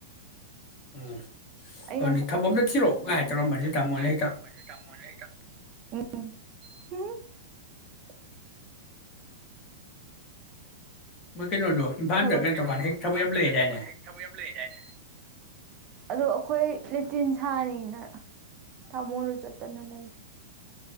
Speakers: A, on the left; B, on the right.
A: ꯎꯝ
B: ꯑꯩ
A: ꯑꯗꯨꯅꯤ
B: ꯉꯁꯥꯏ
A: ꯊꯕꯛ
B: ꯇꯨꯏꯁꯟ
A: ꯑꯝꯇ ꯊꯤꯔꯛꯑꯣ
B: <unintelligible>
A: ꯀꯥꯏ ꯇꯧꯔꯝꯕꯅꯤ ꯅꯣꯏ ꯇꯥꯃꯣꯅ ꯍꯦꯛꯇ ꯎꯝ ꯀꯩꯅꯣꯗꯣ ꯏꯝꯐꯥꯜꯗ
B: ꯊꯕꯛ ꯀꯩꯅꯣ
A: ꯇꯧꯀꯥꯟꯗ ꯍꯦꯛ ꯊꯕꯛ
B: ꯐꯗ
A: ꯌꯥꯝ ꯂꯩꯌꯦꯗꯥꯏꯅꯦ
B: ꯀ ꯇ ꯀ ꯊꯕ ꯌꯥꯝ ꯂꯩꯅꯦ ꯑꯗꯨ ꯑꯩꯈꯣꯏ ꯂꯦꯇꯤꯟ ꯁꯥꯅꯤꯅ ꯇꯥꯃꯣꯗ ꯆꯠꯇꯅ ꯂꯩ